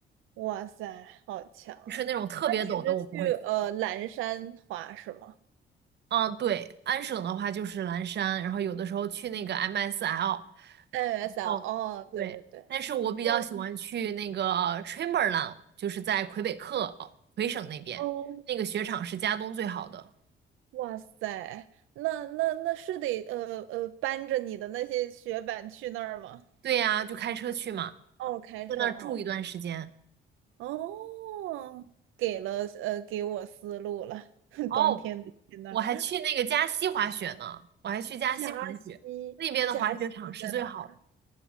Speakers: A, on the right (about 85°); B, on the right (about 60°).
A: 哇塞，好强啊！
B: 就是那种特别陡的我不会去。
A: 那你是去呃蓝山滑是吗
B: 嗯，对，安省的话就是蓝山，然后有的时候去那个 MSL。
A: ？NSL，
B: 哦，
A: 哦，
B: 对，
A: 对对对，
B: 但是我比较喜欢去那个
A: 哦
B: t r a m b e r l a i n 就是在魁北克哦魁省那边，
A: 哦，
B: 那个雪场是加东最好的。
A: 哇塞，那那那是得呃呃搬着你的那些雪板去那儿吗？
B: 对呀，就开车去嘛，
A: 哦，开车，
B: 在那儿住一段时间。
A: 哦哦，给了呃，给我思路了。<laughs>
B: 哦，
A: 冬天得去那儿，
B: 我还去那个加西滑雪呢，我还去加西滑雪，
A: 加西，
B: 那边的滑雪场是最好的，
A: 加西在哪儿？